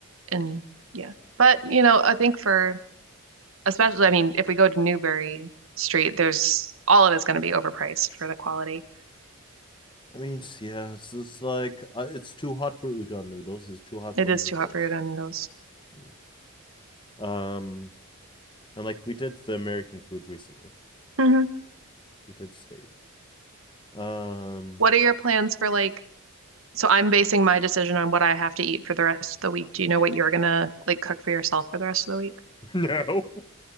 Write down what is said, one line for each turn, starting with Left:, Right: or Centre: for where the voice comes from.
Right: And
Left: Yeah,
Right: yeah. But, you know, I think for especially, I mean, if we go to Newberry Street, there's all of it's going to be overpriced for the quality.
Left: I mean, it's- yeah, it's just like uh, it's too hot for udon noodles. It's too hot for
Right: It is
Left: noodles.
Right: too hot for your own needles.
Left: Mm. Um, and like we did the American food recently.
Right: hmm
Left: We did state. Um,
Right: What are your plans for like, so I'm basing my decision on what I have to eat for the rest of the week. Do you know what you're gonna like cook for yourself for the rest of the week?
Left: no,